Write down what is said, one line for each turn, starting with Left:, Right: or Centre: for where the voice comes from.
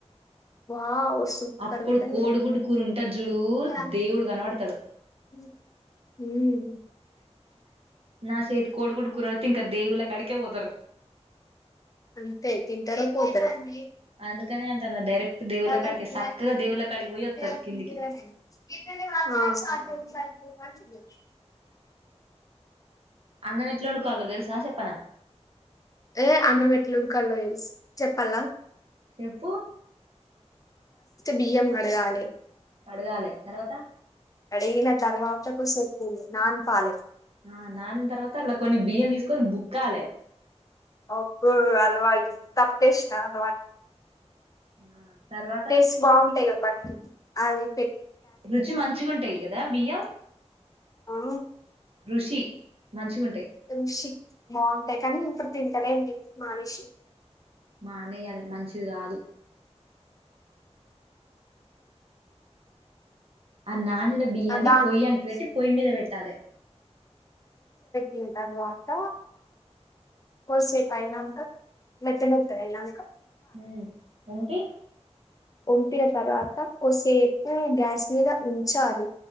Left: వావ్ సూపర్
Right: అప్పుడు
Left: ఉంటాది
Right: కోడిగుడ్డు కూర ఉంటది చూడు
Left: ఇగ
Right: దేవుడు కనబడతాడు
Left: <unintelligible> <unintelligible>
Right: నా చేతి కోడిగుడ్డు కూర వండితే ఇంకా దేవుళ్ళ కాడికే పోతారు
Left: అంతే తింటార పోతార అ <unintelligible>
Right: అందుకని అంట డైరెక్ట్
Left: <unintelligible>
Right: దేవుళ్ళ కాడికే చక్కగా దేవుళ్ళ కాడికి పోయి వస్తారు
Left: వెవ
Right: కిందికి
Left: ఇ
Right: అన్నం ఎట్లా వండుకోవాలో తెలుసా చెప్ప. ప్పునా
Left: ఏ అన్నం ఎట్లుడుకల్లో తెలుసు చెప్పల
Right: చెప్పు
Left: బియం కడగాలే
Right: కడగాలి తర్వాత
Left: అడగిన తర్వాతకు సరుపోంది. నాన్ పాలెక్
Right: ఆ నానిన తర్వాత ర్లా కొన్ని బియ్యం తీసుకొని బుక్కాలి
Left: అబ్బో అలవాటు తప్పేసిన అనమాట
Right: ఆ తర్వాత
Left: టేస్ట్ బాగుంటాయి కదా బట్లు అది పె
Right: రుచి మంచిగా ఉంటాయి కదా బియ్యం
Left: ఆ
Right: రుషి మంచిగా ఉం
Left: ఋషి బాగుంటాయి కానీ అప్ తింటానే వుంది మనిషి
Right: మానేయ్యాలి మంచిది కాదు ఆ నాణిన బియ్యాన్ని
Left: దానికి
Right: పొయ్యి అంటూ పెట్టి పొయ్యి మీద పెట్టాలి
Left: ఇంగ తర్వాత కోద్ధిసేపు అయినంక మెత్త మెత్త అయినం
Right: ఊ దింపి
Left: వొంచిన తర్వాత కోసేపు గ్యాస్ మీద ఉంచాలి